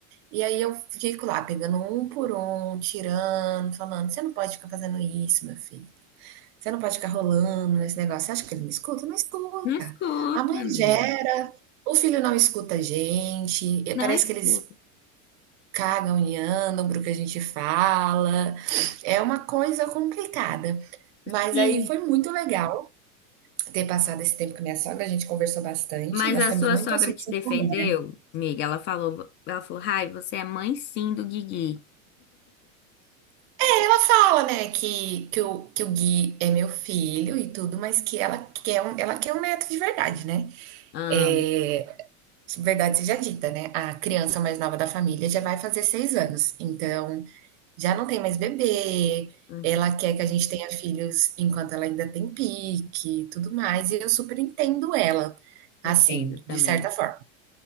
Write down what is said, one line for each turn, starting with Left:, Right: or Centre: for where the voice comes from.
Right: e aí eu fico lá, pegando um por um, tirando, falando, você não pode ficar fazendo isso, meu filho. Você não pode ficar rolando nesse negócio. Você acha que ele me escuta? Não escuta.
Left: Não escuta,
Right: A mãe
Left: amiga.
Right: gera, o filho não escuta a gente, e
Left: Não
Right: parece
Left: escuta.
Right: que eles cagam e andam pro que a gente fala. É uma coisa complicada. Mas
Left: Sim.
Right: aí foi muito legal ter passado esse tempo com a minha sogra, a gente conversou bastante,
Left: Mas
Right: nós
Left: a
Right: temos
Left: sua
Right: muito
Left: sogra
Right: assuntos
Left: te
Right: em
Left: defendeu,
Right: comum, né?
Left: amiga? Ela falou, ela falou, Rai, você é mãe sim do Guigui.
Right: Ela fala, né, que, que, o, que o Gui é meu filho e tudo, mas que ela quer um, ela quer um neto de verdade, né?
Left: Ah,
Right: É, Verdade seja dita, né? A criança mais nova da família já vai fazer seis anos, então já não tem mais bebê.
Left: uhum,
Right: Ela quer que a gente tenha filhos enquanto ela ainda tem pique, e tudo mais, e eu super entendo ela, assim,
Left: entendo também.
Right: de certa forma.